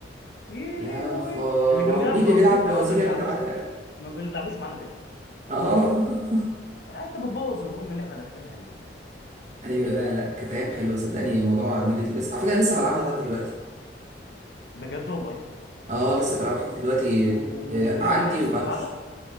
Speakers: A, on the left; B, on the right.
A: ايه
B: يا
A: ليه هو
B: خراب
A: إيه؟ اللي كان بيلعب
B: مين
A: بوازيك
B: اللي بيلعب
A: ده
B: بوازيك
A: ما بنلعبوش
B: يا جدعان
A: ما بنلعبوش معانا تاني
B: اه <laughs>
A: يعني انت بتبوظ الروم اللي احنا داخلينها ليه
B: ايوه لا لا كانت ايام حلوه صدقني موضوع ميدل البيس على فكره أنا لسه بلعبها لحد دلوقتي
A: بجد والله
B: اه لسه بلعبها لحد دلوقتي
A: و... و...
B: آه
A: ولاقي
B: عندي
A: ناس
B: وبخش
A: تلعبها